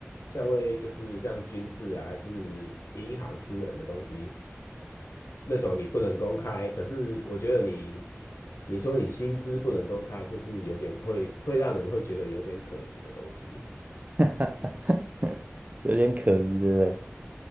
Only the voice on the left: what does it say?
像为就是像军事啊，还是银行、私人的东西，那种你不能公开。可是我觉得你，你说你薪资不能公开，这是有点会会让人会觉得有点可疑的东西。